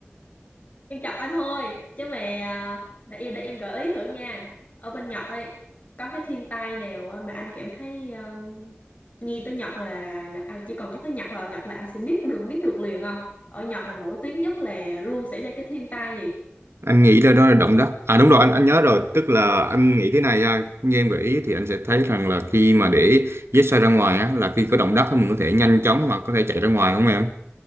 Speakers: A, on the left; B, on the right.
A: em chọc anh thôi chứ mà à, để em để em gợi ý thử nha ở bên Nhật ấy có cái thiên tai nào à, mà anh cảm thấy à, nghe tới Nhật là là anh chỉ cần nhắc tới Nhật là Nhật là anh sẽ biết được biết được liền không ở Nhật là nổi tiếng nhất là luôn xảy ra cái thiên tai gì
B: anh nghĩ là đó là động đất à đúng rồi anh anh nhớ rồi tức là anh nghĩ thế này à, như em gợi ý thì anh sẽ thấy rằng là khi mà để vết xoay ra ngoài á là khi có động đất thì mình có thể nhanh chóng mà có thể chạy ra ngoài không em